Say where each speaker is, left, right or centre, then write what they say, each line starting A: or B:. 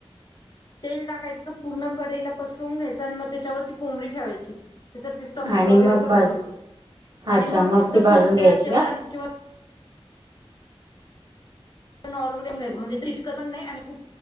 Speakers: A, on the left; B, on the right.
A: तेल टाकायचं, पूर्ण कढईला पसरवून घ्यायचं आणि मग त्याच्यावर ती कोंबडी ठेवायची. त्याच्या ते स्टफिंग
B: आणि
A: वगैरे
B: मग
A: सगळं
B: भाजू
A: करून आणि
B: अच्छा
A: मंग
B: मग
A: एकदम
B: ती भाजून
A: मंद्याचेवर
B: घ्यायची का
A: आणी किंवा नॉर्मली <unintelligible> म्हणजे चिटकत पण नाही आणि खूप